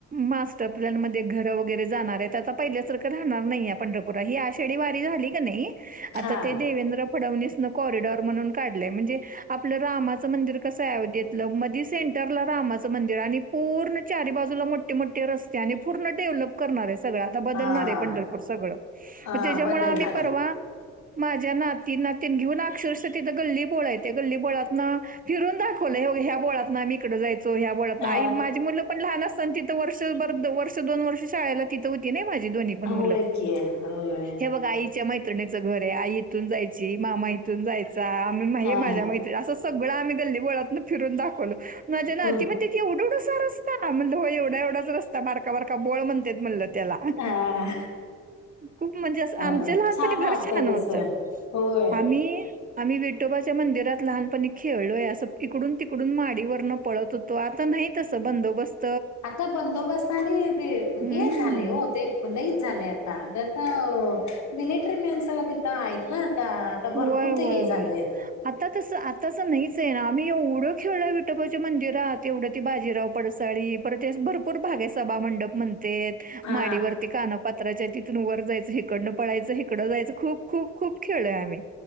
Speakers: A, on the right; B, on the left.
A: मास्टर प्लॅन मध्ये घर वगैरे जाणार आहेत आता पहिल्यासारखं राहणार नाहीेये पंढरपूर. ही आषाढी वारी झाली का नाही आता
B: हां.
A: ते देवेंद्र फडवणीस न कॉरिडॉर म्हणून काढलंय म्हणजे आपलं रामाचं मंदिर कसं आहे आयोध्येतलं मधी सेम एंटरला रामाचं मंदिर आणि पूर्ण चारी बाजूला मोठे मोठे रस्ते आणि पूर्ण डेव्हलप करणार आहे स गळं आता बदलणार
B: हां.
A: आहे पंढरपूर सगळं
B: अ,
A: म त्याच्यामुळे
B: बदलणार
A: आम्ही परवा
B: आहे.
A: माझ्या नाती नातीन घेऊन अक्षरशः तिथं गल्ली बोळ आहे त्या गल्लीबोळातन फिरून दाख खोलीलयं होग ह्या बोळातन आम्ही इकडें जाय चो. ह्या बोळतनं.
B: अ,
A: आई माझी मुलं पण लहान असता ना तिथं वर्षभर वर्ष दोन वर्ष शाळेला तिथं होती नई. माझे दोन्ही पण मुलं.
B: होय की. होय.
A: हे बघा, आईच्या मै त्रिणीच घर आहे. आई इथून जायची. मामा इथून जायचा. आम्ही
B: हां.
A: हे माझ्या मैत्रीणी असं सगळं आम्ही गल्लीबोळातनं फिरून दाखवलो. माझ्या नाती
B: हो.
A: म्हणत्यात एवढं उढसा रस स्ता म्हणल हो एवढा एवढाच रस्ता बारका बारका बोळ म्हणतेत म्हणलं. त्याला.
B: हां.
A: खूप म्हणजे असं
B: अ,
A: आमच्या लहानपणी
B: वाटतंय
A: फार छान
B: तसं.
A: होतं.
B: होय.
A: आम्ही -- आम्ही विटोबाच्या मंदिरात लहानपणी खेळलोय. असं इकडून तिकडून माडीवरन पळत होतो. आता नाही. नाही. तस बंदोबस्त --
B: आता बंदोबस्ताने ते
A: हम्म.
B: हे झालेय हो ते लईच झालय आता. हो. मिलिटरी मॅन सगळ तिथं आहेत ना? आता आता भरपूर
A: होय, होय,
B: ते हे झालंय
A: होय. आता तसं आताच नाही ना आम्ही एवढं खेळलं विटोबाचे मंदिर आहात एवढं ती बाजीराव पडसाळी परत भरपूर भा सभा मंडप म्हणतेत.
B: हा
A: मादीवरती कानपात्राच्या तिथुन वर जायचं हिकडं पळायचं हिक इकड जायच. खूप, खूप, खूप खेळोयं आम्ही.